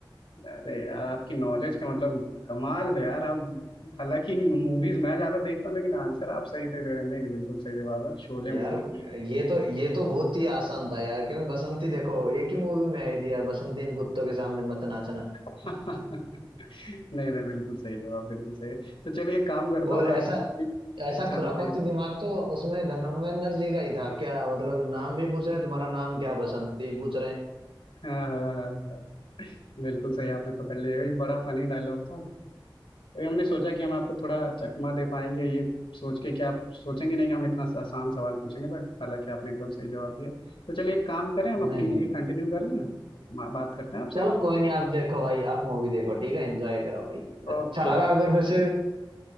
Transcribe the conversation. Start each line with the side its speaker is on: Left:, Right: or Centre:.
Left: अरे यार आपकी नॉलेज का मतलब कमाल है यार आप हालांकि मूवीज मैं ज्यादा देखता हूँ लेकिन आंसर आप सही सही दे रहे हैं नहीं नहीं बिल्कुल सही जवाब है शोले
Right: यार
Left: मूवी की है
Right: ये तो ये तो बहुत ही आसान था यार क्योंकि बसंती देखो एक ही मूवी में आई थी यार बसंती इन कुत्तों के सामने मत नाचना
Left: <laughs> नहीं नहीं बिल्कुल सही जवाब बिल्कुल सही है तो चलिए एक काम करता
Right: और
Left: हूँ मैं
Right: ऐसा
Left: अपनी
Right: ऐसा
Left: अच्छा
Right: खुरापाती
Left: बताइए
Right: दिमाग तो उसमें धर्मेंद्र जी का ही था क्या मतलब नाम भी पूछ रहे हैं तुम्हारा नाम क्या है? बसंती पूछ रहे हैं
Left: हाँ हाँ हाँ हाँ बिल्कुल सही आपने पकड़ लिया ये बड़ा फनी डायलॉग था तो ये हमने सोचा कि हम आपको थोड़ा चकमा दे पाएंगे ये सोच के कि आप सोचेंगे नहीं कि हम इतना आसान सवाल पूछेंगे बट हालांकि आपने एकदम सही जवाब दिया तो चलिए एक काम करें हम
Right: नहीं
Left: अपनी
Right: नहीं
Left: मूवी कंटिन्यू कर लें बा- बात करते हैं आपसे
Right: चलो कोई नहीं आप देखो भाई आप मूवी देखो ठीक है एंजॉय करो भाई अच्छा
Left: ओके
Right: लगा
Left: भाई
Right: अगर फिर से